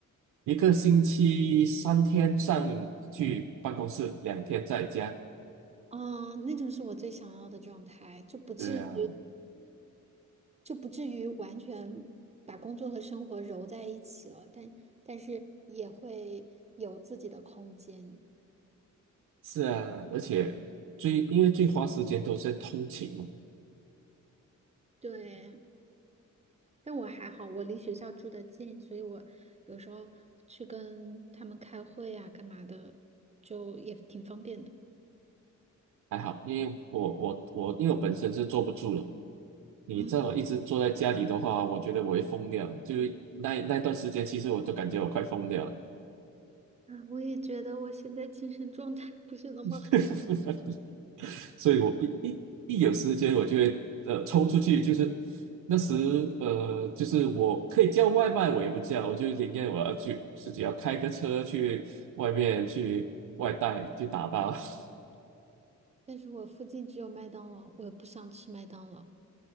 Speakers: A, on the right; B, on the right.
A: 一个星期三天上去办公室，两天在家。
B: 嗯，那种是我最想要的状态，就不至于
A: 对啊，
B: 就不至于完全把工作和生活揉在一起了，但但是也会有自己的空间。
A: 是啊，而且最因为最花时间都是在通勤嘛，
B: 对，但我还好，我离学校住的近，所以我有时候去跟他们开会呀、干嘛的，就也挺方便的。
A: 还好，因为我我我因为我本身是坐不住了。你这么一直坐在家里的话，
B: 嗯
A: 我觉得我会疯掉。就是那那段时间，其实我都感觉我快疯掉了。
B: 啊，我也觉得我现在精神状态不是那么好。
A: <laughs> 所以我一一一有时间，我就会呃抽出去，就是那时呃，就是我可以叫外卖，我也不叫，我就宁愿我要去自己要开个车去外面去外带去打包 <laughs>
B: 但是我附近只有麦当劳，我又不想吃麦当劳。